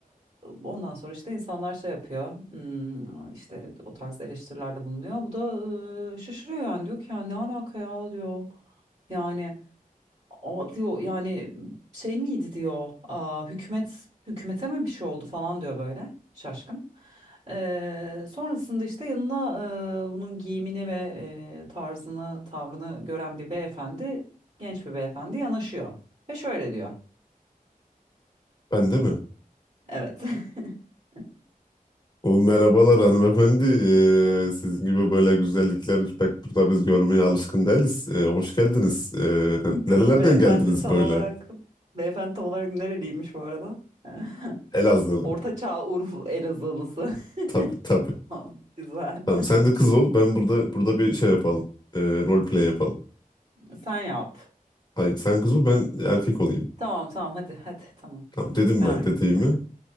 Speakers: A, on the right (about 50°); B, on the left (about 30°).
A: ondan sonra işte insanlar şey yapıyor hmm, işte o tarz eleştirilerde bulunuyor. Bu da e, şaşırıyor yani diyor ki ya ne alaka ya diyor. Yani o diyor yani şey miydi diyor aa, hükümet hükümete mi bir şey oldu falan diyor böyle şaşkın. Ee, sonrasında işte yanına e, bunun giyimini ve e, tarzını tavrını gören bir beyefendi genç bir beyefendi yanaşıyor ve şöyle diyor.
B: Ben de mi?
A: Evet. <laughs>
B: O merhabalar hanımefendi. Ee, sizin gibi böyle güzellikler pek burada biz görmeye alışkın değiliz. Ee, hoş geldiniz. Ee,
A: Be-
B: nerelerden
A: Beyefendi
B: geldiniz
A: tam
B: böyle?
A: olarak beyefendi tam olarak nereliymiş bu arada? <laughs>
B: Elazığlı.
A: Orta Çağ Urfa Elazığlısı. <laughs>
B: Tabii tabii.
A: Ha, Güzel.
B: Tamam sen de kız ol. Ben burada burada bir şey yapalım. Ee, rol play yapalım.
A: Sen yap.
B: Hayır sen kız ol ben erkek olayım.
A: Tamam tamam hadi hadi tamam.
B: Tamam dedim
A: Ben
B: ben
A: artık.
B: dediğimi.
A: ben-